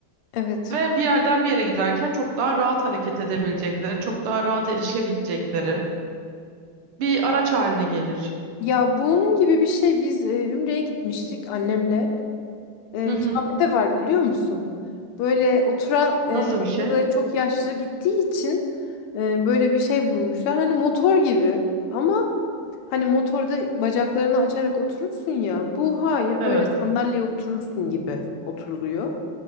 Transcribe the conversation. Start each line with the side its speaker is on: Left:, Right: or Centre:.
Left: Evet.
Right: Ve bir yerden bir yere giderken çok daha rahat hareket edebilecekleri, çok daha rahat erişebilecekleri bir araç haline gelir.
Left: Ya bunun gibi bir şey biz e, Ümre'ye gitmiştik annemle. E,
Right: Hı hı.
Left: Kabe'de var biliyor musun? Böyle oturan e,
Right: Nasıl
Left: orada
Right: bir şey?
Left: da çok yaşlı gittiği için e, böyle bir şey bulmuşlar. Hani motor gibi ama Hani motorda bacaklarını açarak oturursun ya. Bu hayır
Right: Evet.
Left: böyle sandalyeye oturursun gibi oturuluyor.